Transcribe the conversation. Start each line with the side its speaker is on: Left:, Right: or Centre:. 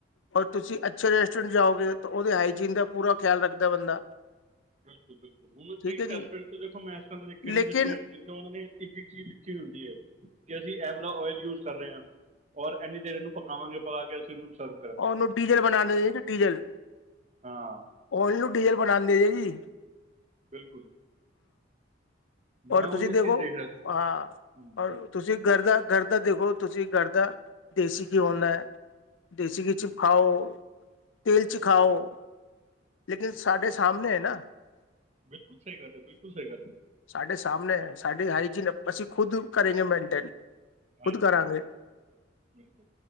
Left: ਔਰ ਤੁਸੀਂ ਅੱਛੇ ਰੈਸਟੋਰੈਂਟ ਜਾਓਗੇ ਤਾਂ ਔਦੇ ਹਾਈਜੀਨ ਦਾ ਪੂਰਾ ਖਿਆਲ ਰੱਖਦਾ ਬੰਦਾ।
Right: ਬਿਲਕੁਲ-ਬਿਲਕੁਲ ਹੁਨ
Left: ਠੀਕ ਹੈ ਜੀ
Right: ਰੈਸਟੋਰਟ ਤੇ ਦੇਖੋ ਮੈਂ ਏਸ ਤਰਾ ਦੇ ਦੇਖੇ ਨੇ
Left: ਲੇਕਿਨ
Right: ਜਿੱਥੇ ਤੇ ਔਨਾਂ ਨੇ ਇੱਕ-ਇੱਕ ਚੀਜ਼ ਲਿਖੀ ਹੁੰਦੀ ਏ ਕਿ ਅਸੀਂ ਐ ਵਾਲਾ ਓਇਲ ਯੂਜ ਕਰ ਰਹੇ ਆ। ਔਰ ਐਨੀ ਦੇਰ ਇਹਨੂੰ ਪਕਾਵਾਂਗੇ ਪਕਾ ਕੇ ਅਸੀਂ ਉਹਨੂੰ ਸਰ
Left: ਓਨੂੰ ਡੀਜ਼ਲ ਬਨਾਦੇ ਜੇ ਜੀ ਡੀਜ਼ਲ
Right: ਹਾਂ
Left: ਓਨੂੰ ਡੀਜ਼ਲ ਬਨਾਦੇ ਜੇ ਜੀ।
Right: ਬਿਲਕੁਲ
Left: ਔਰ
Right: ਮੈਂ
Left: ਤੁਸੀਂ
Right: ਉਹੀ ਓ
Left: ਦੇਖੋ
Right: ਚੀਜ਼ ਦੇਖ ਰਿਹਾ ਸੀ
Left: ਹਾਂ
Right: ਹੂੰ
Left: ਔਰ ਤੁਸੀਂ ਘਰਦਾ-ਘਰਦਾ ਦੇਖੋ ਤੁਸੀਂ ਗਰਦਾ ਦੇਸੀ ਘੀ
Right: ਹਾਂਜੀ
Left: ਹੁੰਦਾ ਹੈ ਦੇਸੀ ਘੀ
Right: ਹੂੰ
Left: ਚਿ ਖਾਓ ਤੇਲ ਚ
Right: ਹਾਂਜੀ
Left: ਖਾਓ। ਲੇਕਿਨ ਸਾਡੇ ਸਾਮਨੇ ਹੈ ਨਾ।
Right: ਬਿਲਕੁਲ ਸਹੀ ਗੱਲ ਹੈ ਬਿਲਕੁਲ ਸਹੀ ਗੱਲ ਹੈ
Left: ਸਾਡੇ ਸਮਣੇ ਸਾਡੀ ਹਾਈਜੀਨ ਅਸੀ ਖੁਦ ਕਰੇਗੇ ਮੇਨਟੇਨ।
Right: ਹਾਂਜੀ-ਹਾਂਜੀ
Left: ਖੁਦ ਕਰਾਂਗੇ
Right: ਹਾਂ ਬਿਲਕੁਲ,